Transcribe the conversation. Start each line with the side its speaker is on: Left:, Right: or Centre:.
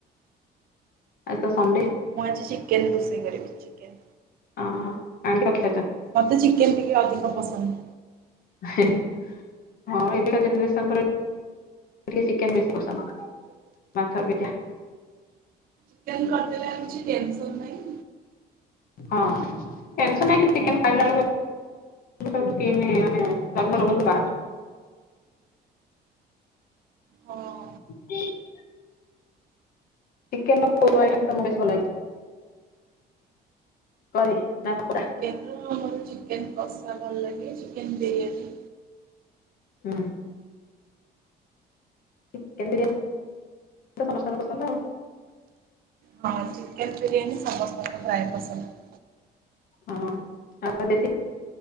Left: ଆଜି ତ ସଣ୍ଡେ।
Right: ମୁଁ ଆଜି ଚିକେନ୍ ରୋଷେଇ କରିବି। ଚିକେନ।
Left: ଅ ହ ଆଣକି ରଖି ସାରିଚ।
Right: ମତେ ଚିକେନ ଟିକେ ଅଧିକ ପସନ୍ଦ।
Left: ହେ ହେ ହଁ ଏବେକା ଜେନେରେସନ୍ ରେ ଟିକେ ଚିକେନ ବେଶୀ ପସନ୍ଦ ମାଛ ଅପେକ୍ଷା।
Right: ଚିକେନ କରିଦେଲେ ଆଉ କିଛି ଟେନସନ୍ ନାଇଁ।
Left: ହଁ ଟେନସନ୍ ନାହିଁ କିନ୍ତୁ ଚିକେନ୍ ଖାଇଲା ବେଳୁକୁ ଏବେ ସବୁ ସ୍କିନ୍ ମାନେ ଚର୍ମ ରୋଗ ସବୁ ବାହାରୁଚି।
Right: ହଁ।
Left: <unintelligible> ଚିକେନ ର କୋଉ କୋଉ ଆଇଟମ୍ ତମୁକୁ ବେଶୀ ଭଲ ଲାଗେ କରି ନା ପକୋଡା?
Right: ତେନୁ ଆମର ଚିକେନ କଷା ଭଲ ଲାଗେ ଚିକେନ ବିରିୟାନୀ।
Left: ହୁଁ। ଚିକେନ ବିରିୟାନୀ <inaudible> ସମସ୍ତଙ୍କର ପସନ୍ଦ ଆଉ।
Right: ହଁ ଚିକେନ ବିରିୟାନୀ ସମସ୍ତଙ୍କ ପ୍ରାୟ ପସନ୍ଦ।
Left: ହଁ ଆଉ ଦେଶୀ।